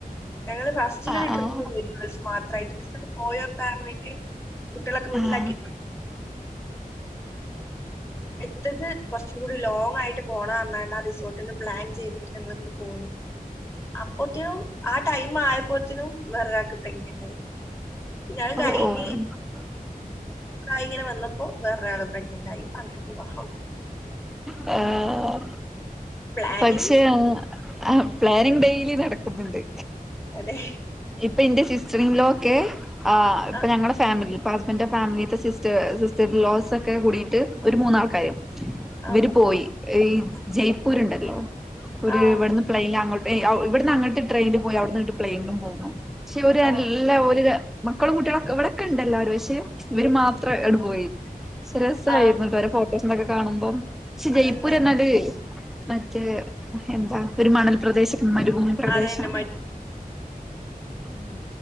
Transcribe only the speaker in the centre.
ആഹ്
ആഹ്
ആഹ്
ഓഹ്
ഓഹ്
ആ
പക്ഷെ ആഹ് ആ പ്ലാനിങ് ഡെയിലി നടക്കുന്നുണ്ട്,
ഇപ്പം എന്റെ സിസ് <unintelligible> ആഹ് ഇപ്പം
ഞങ്ങടെ ഫാമിലി. ഹുസ്ബൻഡിന്റെ ഫാമിലിത്തെ സിസ്റ്റർ സിസ്റ്റർലോസ് ഒക്കെ കൂടിയിട്ട്. ഒരു മൂന്നാള്ക്കാരെ.
ഇവര് പോയി ഈ ജയ്പൂയുണ്ടാല്ലോ ഒരു
ഇവിടുന്ന് പ്ലെയിന് അങ്ങോട്ട്. ഇവിടുന്ന് അങ്ങോട്ട് ട്രെയിനിലും പോയി അവിടുന്ന് പ്ലെയിനിലും പോന്നു. പക്ഷേ ഇവരെല്ലാം
ഓര്. മക്കളും കുട്ട്യേളൊക് ഇവടൊക്കണ്ടല്ലാരും ക്ഷെ ഇവര് മാത്ര അണ്ട് പോയി സെരസായിര്ന്നു
<unintelligible> കാണുമ്പം ക്ഷെ ജയ്പൂരന്നാല്
മറ്റേ എന്താ ഒരു മണൽ പ്രദേശം മരുഭൂമി പ്രദേശാണ്
ഉം